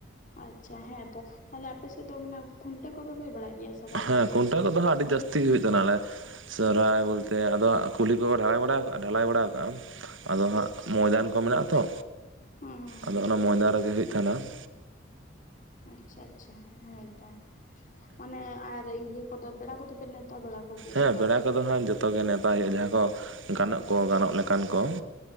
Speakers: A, on the left; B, on the right.
A: ᱟᱪᱷᱟ ᱦᱮᱸ ᱛᱚ ᱛᱟᱦᱚᱞᱮ ᱟᱯᱮ ᱥᱮᱫ ᱫᱚ ᱢᱟᱱᱮ ᱠᱷᱩᱱᱴᱟᱹ ᱠᱚ ᱫᱚ ᱦᱩᱭ ᱵᱟᱲᱟᱜ ᱜᱮᱭᱟ? ᱥᱮ ᱵᱟᱝ
B: ᱦᱮᱸ
A: ᱜᱮ
B: ᱠᱷᱩᱱᱴᱟᱹᱣ ᱠᱚᱫᱚ ᱫᱚ ᱦᱟᱸᱜ ᱟᱹᱰᱤ ᱡᱟᱹᱥᱛᱤ ᱜᱮ ᱦᱩᱭᱩᱜ ᱛᱟᱱᱟ ᱟᱞᱮ ᱥᱚᱨᱚᱦᱟᱭ ᱵᱚᱞᱛᱮ ᱟᱫᱚ ᱠᱩᱞᱦᱤ ᱠᱚ ᱠᱚ ᱰᱷᱟᱞᱟᱭ ᱵᱟᱲᱟ ᱠᱟᱜᱼᱟ ᱰᱷᱟᱞᱟᱭ ᱵᱟᱲᱟ ᱠᱟᱜᱼᱟ ᱾ ᱟᱫᱚ ᱦᱟᱸᱜ ᱢᱚᱭᱫᱟᱱ ᱠᱚ ᱢᱮᱱᱟᱜ ᱟᱛᱚ
A: ᱦᱮᱸ ᱦᱮᱸ ᱦᱮᱸ
B: ᱟᱫᱚ ᱚᱱᱟ ᱢᱚᱭᱫᱟᱱ ᱨᱮᱜᱮ ᱦᱩᱭᱩᱜ ᱛᱟᱦᱮᱱᱟ ᱾
A: ᱟᱪᱷᱟ ᱟᱪᱷᱟ ᱦᱮᱸᱛᱚ, ᱢᱟᱱᱮ ᱟᱨ ᱤᱭᱟᱹ ᱠᱚ ᱫᱚ ᱯᱮᱲᱟ ᱠᱚᱫᱚ ᱯᱮ ᱛᱟ ᱵᱟᱲᱟ ᱠᱚᱜᱮᱭᱟ
B: ᱦᱮᱸ
A: ᱥᱮ ᱵᱟᱝ
B: ᱯᱮᱲᱟ
A: ᱜᱮ?
B: ᱠᱚᱫᱚ ᱦᱟᱸᱜ ᱡᱚᱛᱚ ᱜᱮ ᱱᱮᱣᱛᱟ ᱦᱳᱭᱳᱜᱼᱟ ᱡᱟᱦᱟᱸ ᱠᱚ ᱜᱟᱱᱚᱜ ᱠᱚ ᱜᱟᱱᱚᱜ ᱞᱮᱠᱟᱱ ᱠᱚ